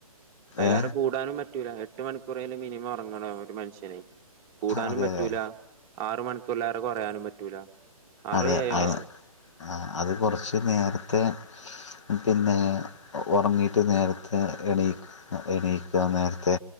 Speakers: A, on the right; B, on the left.
A: അതിലേറെ
B: ഏ
A: കൂടാനും പറ്റൂല എട്ട് മണിക്കൂറെലും മിനിമം ഉറങ്ങണം ഒരു മനുഷ്യന് കൂടാനും
B: അതെ
A: പറ്റൂല
B: അതെ
A: ആറ് മണിക്കൂറിലേറെ കുറയാനും പറ്റൂല ആറോ
B: അതെ
A: ഏഴോ
B: അത്
A: ആണ്
B: അത് കുറച്ച് നേരത്തെ പിന്നെ ഉറങ്ങീയിട്ട് നേരത്തെ എണീ എണീക്കുക നേരത്തെ